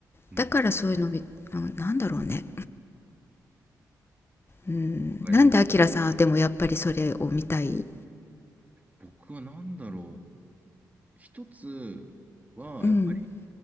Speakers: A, on the right; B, on the left.
A: うん、
B: だからそういうのみななんだろうねうんなんでアキラさんはでもやっぱりそれを見たい
A: わかります。僕は何だろう。一つは、
B: うん
A: やっぱり